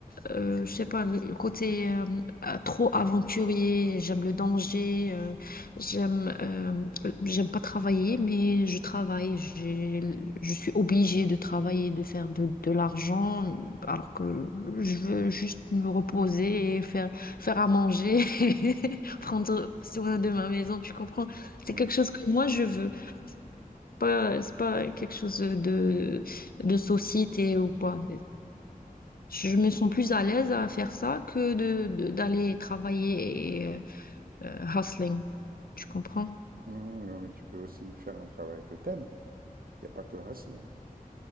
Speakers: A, on the left; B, on the right.
A: euh, je sais pas, le côté euh, euh, trop aventurier, j'aime le danger, euh, j'aime euh, j'aime pas travailler, mais je travaille, j'ai, je suis obligée de travailler, de faire de, de l'argent, alors que je veux juste me reposer et faire, faire à manger, <laughs> prendre soin de ma maison, tu comprends? C'est
B: Mhm.
A: quelque chose que moi je veux, pas, c'est pas quelque chose de, de société ou quoi. Je me sens plus à l'aise à faire ça que de, de- d'aller travailler et euh, euh, hustling. Tu comprends?
B: Mmh, ouais, mais tu peux aussi faire un travail que t'aimes. Il n'y a pas que wrestling.